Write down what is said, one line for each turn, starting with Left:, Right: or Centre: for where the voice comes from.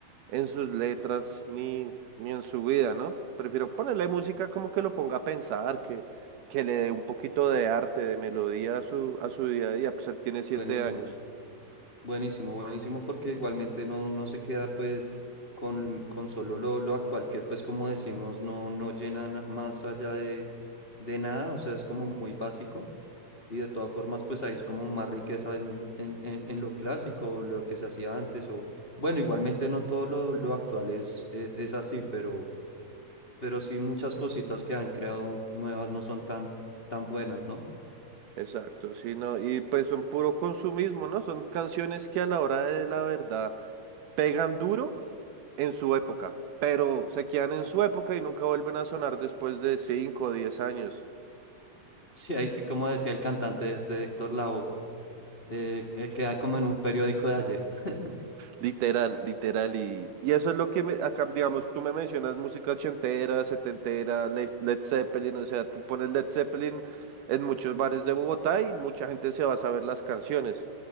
Right: en sus letras ni, ni en su vida, ¿no? Prefiero ponerle música como que lo ponga a pensar, que, que le dé un poquito de arte, de melodía a su, a su día a día, pues él tiene siete
Left: Buenísimo,
Right: años.
Left: buenísimo, buenísimo, porque igualmente no, no se queda pues con, con solo lo, lo actual, que pues como decimos, no, no llena na- más allá de, de nada, o sea, es como muy básico y de todas formas pues hay como más riqueza en, en, en, en lo clásico, o lo que se hacía antes, o bueno, igualmente no todo lo, lo actual es, es, es así, pero, pero sí muchas cositas que han creado nuevas no son tan, tan buenas, ¿no?
Right: Exacto, sí, no, y pues son puro consumismo, ¿no? Son canciones que a la hora de la verdad pegan duro en su época, pero se quedan en su época y nunca vuelven a sonar después de 5 o 10 años.
Left: Sí, ahí sí como decía el cantante de este Héctor Lavoe. eh, eh, que hay como en un periódico de ayer. <laughs>
Right: Literal, literal. Y, y eso es lo que, me, acá, digamos, tú me mencionas música ochentera, setentera, Le- Led, Zeppelin, o sea, tú pones Led Zeppelin en muchos bares de Bogotá y mucha gente se va a saber las canciones.